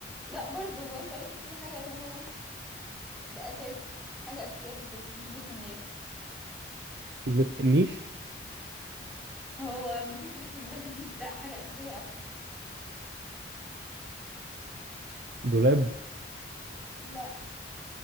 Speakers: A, in the centre; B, on the right.
A: لا برضه هو انت قلت كل حاجه الا هو ده اساسي حاجه اساسيه في البيت مفيش بيت من غيره
B: مفيش بيت النيش
A: هو مفيش بيت من غير النيش لا حاجه اساسيه اكتر
B: دولاب
A: لا